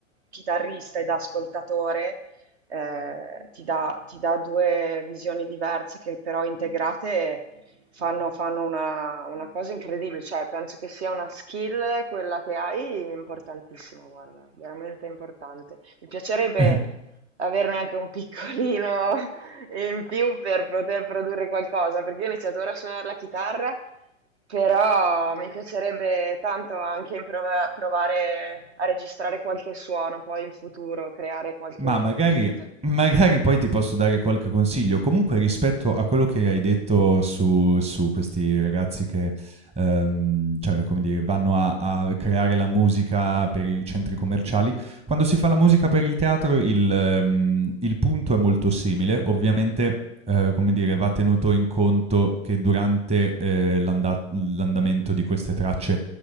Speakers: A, on the right; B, on the right.
A: chitarrista e da ascoltatore, eh, ti dà, ti dà due visioni diverse che però integrate fanno, fanno una, una cosa incredibile, cioè penso che sia una skill quella che hai importantissima, guarda, veramente importante. Mi piacerebbe
B: <laughs>
A: averne anche un piccolino e in più per poter produrre qualcosa, perché io ho iniziato ora a suonare la chitarra, però mi piacerebbe tanto anche improv- provare a registrare qualche suono poi in futuro, creare qualche
B: Ma magari
A: beat.
B: magari poi ti posso dare qualche consiglio. Comunque rispetto a quello che hai detto su su questi ragazzi che, ehm, cioè come dire, vanno a a creare la musica per i centri commerciali Quando si fa la musica per il teatro il, ehm, il punto è molto simile, ovviamente eh, come dire, va tenuto in conto che durante eh, l'anda- l'andamento di queste tracce